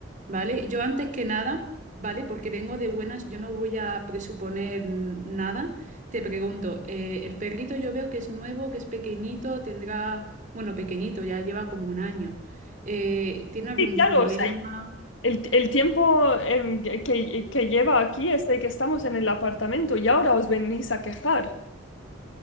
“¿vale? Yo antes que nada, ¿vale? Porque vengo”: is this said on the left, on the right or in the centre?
Right